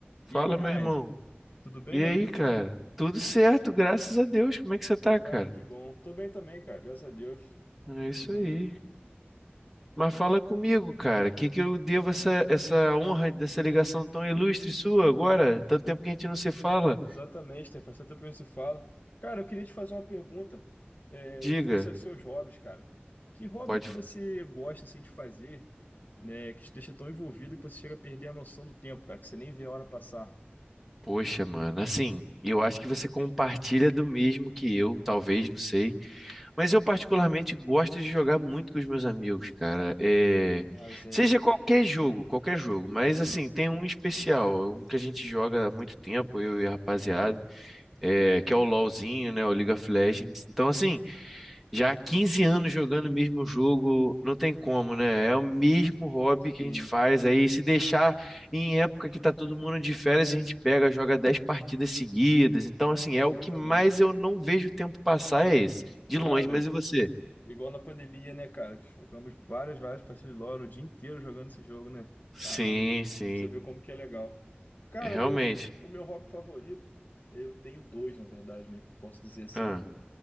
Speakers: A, in the centre; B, on the left.
A: Fala,
B: E aí, Ryan,
A: meu irmão.
B: tudo bem,
A: E
B: meu
A: aí,
B: amigo?
A: cara? Tudo certo, graças a Deus. Como é que você tá,
B: Cara,
A: cara?
B: que bom. Tô bem também, cara, graças a Deus.
A: É isso
B: Tamo
A: aí.
B: indo.
A: Mas fala comigo, cara. O que que eu devo essa, essa honra dessa ligação tão ilustre sua agora? Tanto tempo que a gente não se fala.
B: Exatamente, Stefan, faz tanto tempo que a gente se fala. Cara, eu queria te fazer uma pergunta, é,
A: Diga.
B: referente aos seus hobbies, cara. Que hobby
A: Pode.
B: que você gosta, assim, de fazer, né, que te deixa tão envolvido que você chega a perder a noção do tempo, cara, que você nem vê a hora passar?
A: Poxa, mano. Assim, eu acho que você compartilha do mesmo que eu, talvez, não sei. Mas eu particularmente gosto de jogar muito com os meus amigos, cara. É,
B: Ah, sim.
A: Seja qualquer jogo, qualquer jogo, mas assim, tem um especial, um que a gente joga há muito tempo, eu e a rapaziada, é, que é o LoLzinho, né, o League of Legends. Então, assim, já há 15 anos jogando o mesmo jogo, não tem como, né? É o mesmo hobby que
B: Sim,
A: a gente faz aí, se deixar em época que tá todo mundo de férias, a gente pega, joga 10 partidas seguidas. Então, assim,
B: exatamente.
A: é o que mais eu não vejo o tempo passar é esse. De longe,
B: Cara,
A: mas e você?
B: Igual na pandemia, né, cara? Que jogamos várias, várias partidas de LoL o dia inteiro jogando esse jogo, né? Caramba,
A: Sim,
B: pra
A: sim.
B: você ver como que é legal. Cara,
A: É, Realmente.
B: o meu, o meu hobby favorito, eu tenho dois, na verdade, né? Posso dizer assim.
A: Ah,